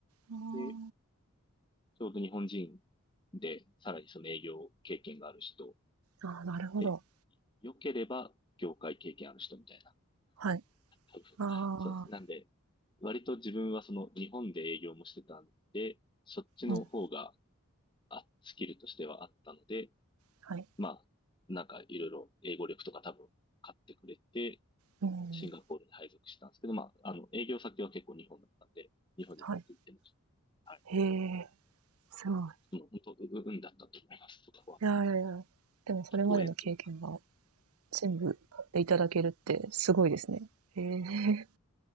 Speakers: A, on the right; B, on the left.
A: あ
B: で、ちょうど日本人で、さらにその営業経験がある人、
A: あ。ああ、なるほど。
B: で良ければ業界経験ある人みたいな。
A: はい。
B: 多分そうです。
A: あ
B: なんで、
A: あ、
B: 割と自分はその日本で営業もしてたんで、そっちの方が
A: うん、
B: あスキルとしてはあったので、
A: はい。
B: まあ、なんかいろいろ英語力とか多分買ってくれて、
A: うん、
B: シンガポールに配属したんですけど、まあ、あの、営業先は結構日本だったんで、日本にもよく行ってまし
A: はい。
B: た。はい。
A: へえ、すごい。
B: でもう本当、運だったと思います、そこは。
A: いやいやいや。でもそれまでの経験が
B: ご縁というか。
A: 全部買っていただけるってすごいですね。へえ。